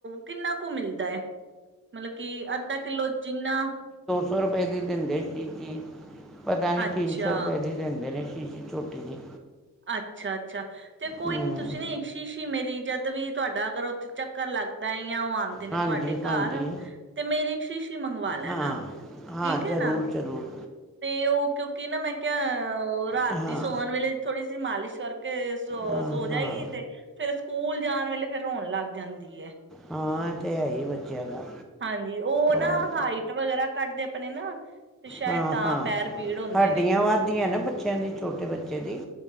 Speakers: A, on the right; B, in the centre.
A: ਕਿੰਨਾ ਕੁ ਮਿਲਦਾ ਹੈ? ਮਤਲਬ ਕਿ ਅੱਧਾ ਕਿੱਲੋ ਜਿੰਨਾ।
B: ਦੋ ਸੋ ਰੁਪਏ ਦੀ ਦਿੰਦੇ ਸੀਗੀ। ਪਤਾ ਨੀ
A: ਅੱਛਾ,
B: ਤਿੰਨ ਸੌ ਰੁਪਏ ਦੀ ਦਿੰਦੇ ਨੇ। ਸੀਸੀ ਛੋਟੀ ਜੀ
A: ਅੱਛਾ-ਅੱਛਾ ਤੇ ਕੋਈ
B: ਹੂੰ
A: ਨੀ ਤੁਸੀਂ ਨਾ ਸ਼ੀਸ਼ੀ ਮੇਰੀ ਜਦ ਵੀ, ਤੁਹਾਡਾ ਅਗਰ ਉੱਥੇ ਚੱਕਰ ਲੱਗਦਾ ਏ। ਉਹ ਆਉਂਦੇ ਨੇ
B: ਹਾਂਜੀ
A: ਤੁਹਾਡੇ
B: ਹਾਂਜੀ
A: ਘਰ ਤੇ ਮੇਰੀ ਇਕ ਸ਼ੀਸ਼ੀ ਮੰਗਵਾ ਲੈਣਾ
B: ਹਾਂ ਹਾਂ
A: ਠੀਕ ਹੈ
B: ਜ਼ਰੂਰ
A: ਨਾ,
B: ਜ਼ਰੂਰ
A: ਤੇ ਉਹ ਕਿਉਂਕਿ ਕਿ ਨਾ ਮੈਂ ਕਿਹਾ ਉਹ ਰਾਤੀ
B: ਹਾਂ
A: ਸੋਣ ਵੇਲੇ ਤੁਸੀ ਮਾਲਿਸ਼ ਕਰ ਤੇ ਸੋ-ਸੋ
B: ਹਾਂ
A: ਜਾਏਗੀ,
B: ਹਾਂ
A: ਤੇ ਫੇਿਰ ਸਕੂਲ ਜਾਣ ਵੇਲੇ ਫੇਰ ਰੋਣ ਲੱਗ ਜਾਂਦੀ ਏ।
B: ਹਾਂ ਇਹ ਤੇ ਹੈ ਹੀ ਬੱਚਿਆਂ ਦਾ
A: ਹਾਂਜੀ, ਉਹ
B: ਹੋਰ
A: ਨਾ ਹਾਈਟ ਵਗੈਰਾ ਕੱਦਦੇ ਆਪਣੇ ਨਾ ਤੇ ਸ਼ਾਇਦ
B: ਹਾਂ
A: ਤਾਂ
B: ਹਾਂ
A: ਪੈਰ ਪੀੜ ਹੁੰਦੇ
B: ਹੱਡੀਆਂ
A: ਨੇ।
B: ਵੱਧਦੀਆਂ ਨਾ ਬੱਚਿਆਂ, ਦੀ ਛੋਟੇ ਬੱਚੇ ਦੀ।